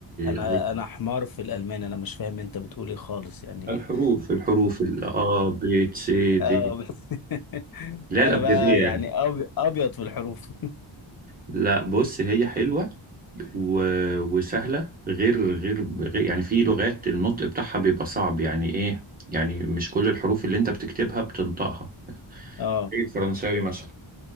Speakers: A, on the left; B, on the right.
A: انا
B: أين
A: انا حمار في الالمان انا مش فاهم انت بتقول ايه خالص يعني
B: الحروف
A: ايه
B: الحروف ال أ ب س
A: آه،
B: د
A: <laughs>
B: لا
A: انا
B: الأبجدية
A: بقى يعني
B: يعني
A: أبي- ابيض في الحروف
B: لا بص هي حلوة و... وسهلة غير غير غير- يعني في لغات النطق بتاعها بيبقى صعب يعني إيه يعني مش كل الحروف اللي أنت بتكتبها بتنطقها
A: <laughs> اه
B: زي الفرنساوي مثلا